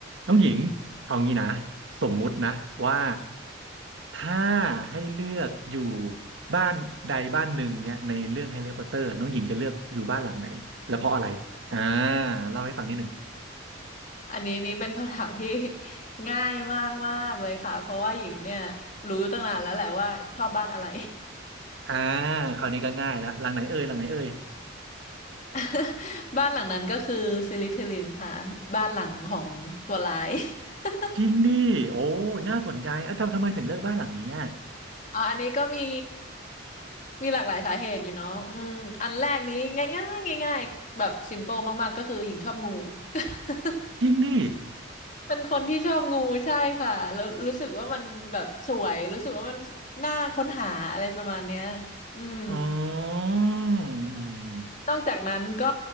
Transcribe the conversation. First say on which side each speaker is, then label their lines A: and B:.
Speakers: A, on the right; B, on the left.
A: น้องหญิงเอางี้นะสมมุตินะว่าถ้าให้เลือกอยู่บ้านใดบ้านหนึ่งเนี่ยในเรื่องแฮร์รี่พอตเตอร์น้องหญิงจะเลือกอยู่บ้านหลังไหนและเพราะอะไรอ่าเล่าให้ฟังนิดหนึ่ง
B: อันนี้นี่เป็นคำถามที่ <laughs> ง่ายมากมากเลยค่ะเพราะว่าหญิงเนี่ยรู้ตั้งนานแล้วแหละว่าชอบบ้านอะไร
A: อ่าคราวนี้ก็ง่ายละหลังไหนเอ่ยหลังไหนเอ่ย
B: <laughs> บ้านหลังนั้นก็คือซิลิทิลินค่ะบ้านหลังของตัวร้าย <laughs>
A: จริงดิโอ้ยน่าสนใจอ่ะทำทำไมถึงเลือกบ้านหลังเนี้ย
B: อ๋ออันนี้ก็มีมีหลากหลายสาเหตุอยู่เนาะอืมอันแรกนี้ง่ายง่ายง่ายๆแบบซิมเปิลมากๆก็คือหญิงชอบงู <laughs>
A: จริงดิ
B: เป็นคนที่ชอบงูใช่ค่ะแล้วรู้สึกว่ามันแบบสวยรู้สึกว่ามันน่าค้นหาอะไรประมาณเนี้ยอืม
A: อ๋ออืม
B: นอกจากนั้นก็